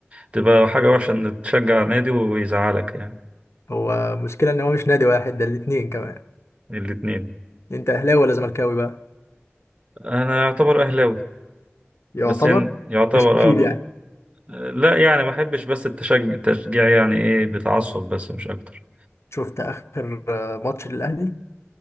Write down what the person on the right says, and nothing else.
تبقى حاجة وحشة إن تشجع نادي ويزعلك يعني
الاتنين
أنا يعتبر أهلاوي
بس يعني يعتبر
آه،
لا يعني ما بحبش بس التشج- التشجيع يعني إيه بتعصب بس مش أكتر